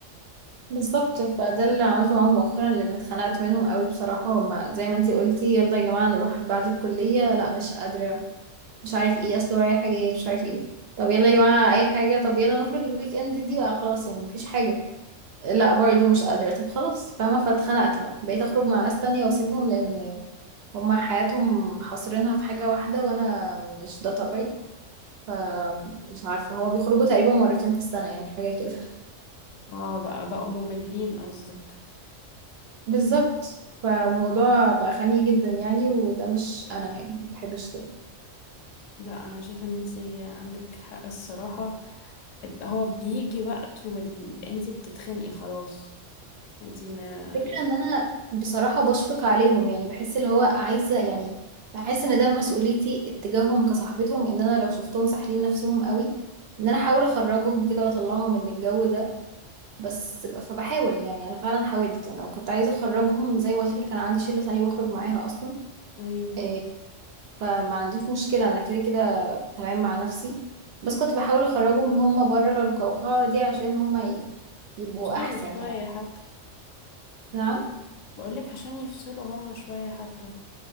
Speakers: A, on the right; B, on the left.
A: بالظبط فده اللي عملته معاهم مؤخرا لان اتخنقت منهم قوي بصراحه هما زي ما انتي قلتي يلا يا جماعه نروح بعد الكليه لا مش قادره مش عارف ايه اصل ورايا حاجات مش عارف ايه طب يلا يا جماعه اي حاجه طب يلا نخرج الويك اند دي بقى خلاص يعني مفيش حاجه لا برضه مش قادره طب خلاص فاهمه فاتخنقت بقى بقيت اخرج مع ناس تانية واسيبهم لان هما حياتهم حاصرينها في حاجه واحده وانا مش ده طبيعي فمش عارفه هما بيخرجوا تقريبا مرتين في السنه يعني حاجه كده
B: اه بقى بقوا مملين قصدك
A: بالظبط فالموضوع بقى خنيق جدا يعني وده مش انا يعني ما بحبش كده
B: لا أنا شايفة إن انتي عندك حق الصراحة هو بيجي وقت وانتي بتتخنقي خلاص انتي ما
A: فكرة ان انا بصراحة بشفق عليهم يعني بحس اللي هو عايزة يعني بحس ان ده مسؤوليتي اتجاههم كصاحبتهم ان انا لو شفتهم ساحلين نفسهم قوي ان انا احاول اخرجهم كده واطلعهم من الجو ده بس ب- فبحاول يعني انا فعلا حاولت انا كنت عايزة اخرجهم زي ما قلت لك انا عندي شلة تانية بخرج معاها اصلا
B: أيوه
A: إيه، فما عنديش مشكلة انا كده كده تمام مع نفسي بس كنت بحاول اخرجهم هم بره القوقعة دي عشان هم ي- يبقوا
B: يفصلوا
A: احسن
B: شوية
A: يعني
B: حتى
A: نعم
B: بقولك عشان يفصلوا هما شوية حتى